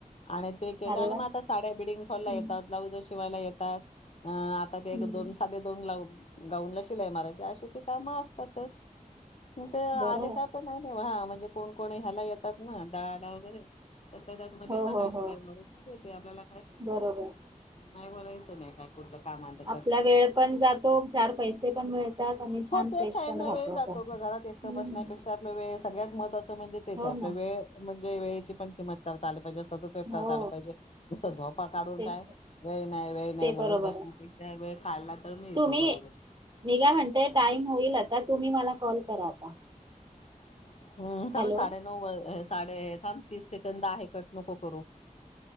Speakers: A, on the left; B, on the right.
A: आणि ते केलं
B: अरे
A: आणि
B: वा
A: मग आता साड्या बिडिंग फॉरला
B: हम्म
A: येतात ब्लाउजर शिवायला येत ताच. अ आता. ते
B: हम्म
A: दोन साधे दोन ला गाऊनलां. शिलाई मराची अशी काम असतातच. ते
B: बरं
A: आले
B: आहे
A: का पण नाही हा. म्हणजे कोण को ह्याला. घालतात ना डालडा वगैरे. त्यातल्या त्यात. देता
B: हो हो
A: का शिलाई
B: हो
A: मरून मग देतोय. आपल्याला काय
B: बरोबर
A: नाही म्हणायचं नाही. काय कुठलं काम आलं
B: आपला
A: तर!
B: वेळ पण जातो चार पैसे पण मिळतात आणि छान
A: हो ते
B: फ्रेश
A: काय
B: पण
A: ना
B: राहतो
A: वेळ
B: आपण
A: जातो. ग घरात एकट
B: हम्म
A: बसण्यापेक्षा आपला वेळ. सगळ्यात महत्त्वाचं. म्हणजे तेच्यात.
B: हो ना
A: वेळ म्हणजे. वेळेची पण किंमत करता आल पाहिजे. सदउपयोग
B: हो
A: करता आला पाहिजे. नुसता झोपा काढून
B: तेच
A: काय वेळ नाही वेळ नाही.
B: ते बरोबर
A: बोलत बसण्यापेक्षा
B: आहे
A: वेळ काढला तर मिळतो
B: तुम्ही
A: बरोबर.
B: मी काय म्हणते टाइम होईल आता तुम्ही मला कॉल करा आता.
A: <unintelligible> हम्म
B: हॅलो
A: थांब साडे नऊ वाज साडेसात-तीस सेकंद आहेत. कट नको करू.